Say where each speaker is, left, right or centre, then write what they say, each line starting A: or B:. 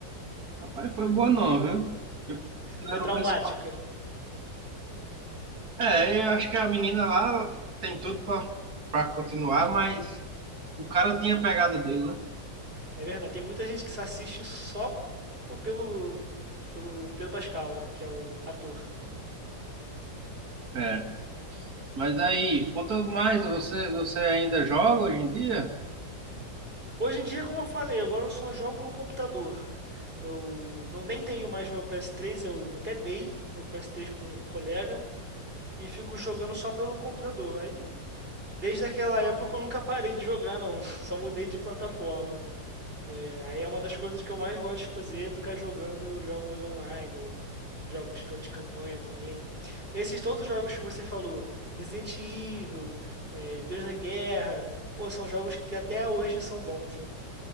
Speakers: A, on the right; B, on the right.
A: Rapaz, foi boa não, viu? Porque Ele
B: Foi
A: era
B: traumática.
A: o principal. É, eu acho que a menina lá tem tudo pra, pra continuar, mas o cara tinha a pegada dele, né?
B: É verdade. Tem muita gente que se assiste só po- pelo, pelo Pedro Pascal, né? Que é o ator.
A: É. Mas aí, quanto mais, você, você ainda joga hoje em dia?
B: Hoje em dia, como eu falei, agora eu só jogo no computador. Eu não nem tenho mais meu PS3, eu até dei meu PS3 para um colega e fico jogando só pelo computador. Aí, desde aquela época eu nunca parei de jogar, não. <laughs> Só mudei de plataforma. Aí é uma das coisas que eu mais gosto de fazer, ficar jogando jogos online ou jogos ca- de campanha também. Esses todos os jogos que você falou, Resident Evil, eh, Deus da Guerra, pô, são jogos que até hoje são bons, né?